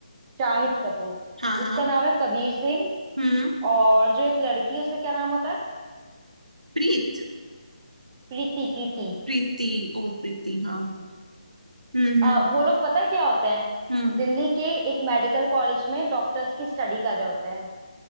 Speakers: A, on the right; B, on the right.
A: शाहिद कपूर
B: हाँ हाँ
A: उसका नाम है कबीर सिंह
B: हम्म
A: और जो एक लड़की है उसका क्या नाम होता है
B: प्रीत
A: प्रीति प्रीति
B: प्रीति ओ प्रीति हाँ हम्म हम्म
A: अ, वो लोग पता है क्या होते हैं
B: हम्म
A: दिल्ली के एक मेडिकल कॉलेज में डॉक्टर्स की स्टडी कर रहे होते हैं